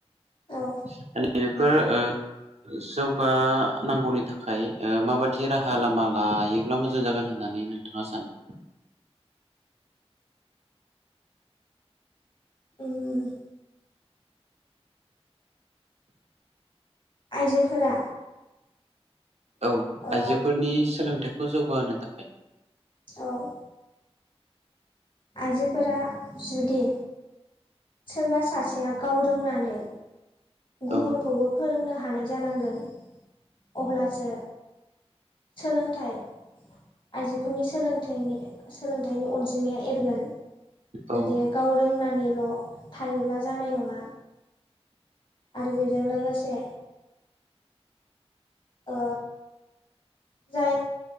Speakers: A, on the right; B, on the left.
A: <unintelligible>
B: औ
A: बेफोर ओ जौगानांगौनि थाखाय माबादि राहा लामा लायोब्ला मोजां जागोन होननानै नोंथाङा सानो
B: उम आइजोफोरा
A: औ
B: ओ
A: आइजोफोरनि सोलोंथाइखौ जौगाहोनो थाखाय
B: औ आइजोफोरा जुदि सोरबा सासेया गाव रोंनानै गुबुनखौबो
A: औ
B: फोरोंनो हायो। हानाय जानांगोन अब्लासो सोलोंथाइ आइजोफोरनि सोलोंथाइ सोलोंथाइनि अनजिमाया जागोन जुदि
A: औ
B: गाव रोंनानै ल' थायोब्ला जानाय नङा। आरो बेजों लोगोसे ओ जाय